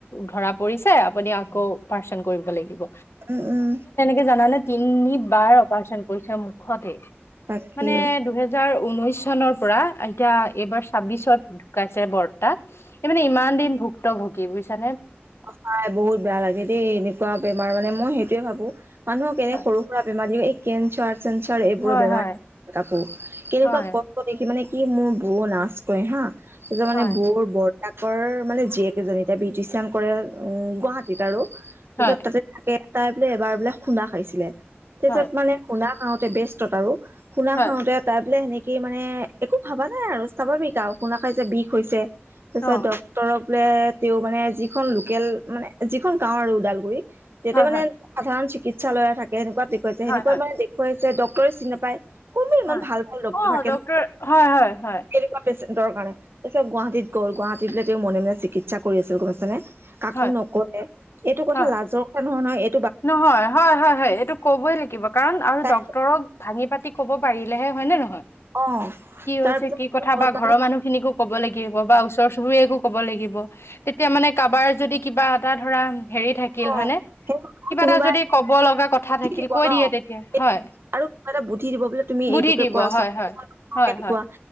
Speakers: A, on the left; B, on the right.
A: ধৰা পৰিছে। আপুনি আকৌ অপাৰেশ্যন কৰিব লাগিব।
B: উম - উম।
A: জানা নে? তিনিবাৰ অপাৰেশ্যন কৰিছে মুখতে।
B: তাকে।
A: মানে দুহেজাৰ ঊনৈশ চনৰ পৰা এতিয়া এইবাৰ ছাব্বিশত ঢুকাইছে বৰতা। এই মানে ইমান দিন ভুক্তভোগী বুইছা
B: সঁচাই বহুত বেয়া লাগে দেই এনেকুৱা বেমাৰ মানে মই সেইটোৱে ভাবো। মানুহক এনে
A: হয়
B: সৰু-সুৰা বেমাৰ দিলে এই কেঞ্চাৰ চেঞ্চাৰ এইবোৰৰ
A: হয়
B: বেমাৰ
A: হয়
B: <inaudible> আকৌ। কেনেকুৱা
A: হয়
B: কষ্ট দেখি মানে ই মোৰ বৌ লাজ কৰে হা। তাৰ পিছত মানে
A: হয়
B: বৌৰ বৰ তাকৰ মানে জীয়েকেইজনী। এতিয়া বিউটিচিয়ান কৰে, উম গুৱাহাটীত আৰু। তাৰপিছত
A: হয়
B: তাছত তে তাই বোলে এবাৰ বোলে খুন্দা খাইছিলে। তাৰছত
A: হয়
B: মানে খুন্দা অ' তে বেস্তত আৰু। খুন্দা
A: হয়
B: খাওঁতে তাই বোলে সেনে কি মানে, একো ভবা নাই আৰু। ‌ স্বাভাৱিক আৰু, খুন্দা খাই যে বিষ হৈছে। তাৰপিছত
A: অ',
B: ডক্তৰক লে তেওঁ মানে যিখন লোকেল- মানে যিখন গাওঁ আৰু ওদালগুৰি তেতিয়া
A: হয়,
B: মানে
A: হয়,
B: সাধাৰণ চিকিৎসালয় থাকে, সেনেকুৱাত দেখুৱাইছে।
A: হয়,
B: সেনেকুৱাত
A: হয়,
B: মানে দেখুৱাই ছে ডক্টৰে চিনি নাপায়। কোনে ইমান
A: হয়।
B: ভালকৈ ডক্টৰ
A: অ',
B: থাকেনো?
A: ডক্তৰ হয়, হয়, হয়,
B: কেনেকুৱা পেছেণ্ট ৰ কাৰণে। তাৰছত গুৱাহীত গ'ল। গুৱাহাটীত তেওঁ মনে - মনে চিকিৎসা কৰি আছিল, গম পাইছা নে? কাকো
A: হয়,
B: নকলে। এইটো কথা
A: হয়,
B: লাজৰ কথা নহয়, নহয়। এ
A: নহয়, হয় - হয় - হয়। এইটো কবই লাগিব, কাৰণ আৰু
B: তাই
A: ডক্টৰক ভাঙি পাতি ক'ব পাৰিলেহে, হয় নে নহয়?
B: অ'।
A: কি হৈছে,
B: তাৰপিছত
A: কি কথা
B: হ'ল
A: বা
B: মানে
A: ঘৰৰ মানুহখিনিকো ক'ব লাগিব বা ওচৰ চুবুৰীয়াকো ক'ব লাগি ব। তেতিয়া মানে কাৰোবাৰ যদি কিবা এটা ধৰা হেৰি থাকিল
B: অ
A: হয় নে কিবা
B: সেই কোনোবা
A: এটা যদি কব লগা কথা
B: বুদ্ধি
A: থাকিল,
B: দিব
A: কৈ
B: ন
A: দিয়ে তেতিয়া।
B: সেইটো
A: হয়।
B: আৰু কিবা এটা বুদ্ধি দিব, বোলে তুমি
A: বুদ্ধি
B: এইটোকে
A: দিব
B: কৰাচোন।
A: হয়,
B: <inaudible>
A: হয়। হয়,
B: এইটো
A: হয়,
B: খোৱা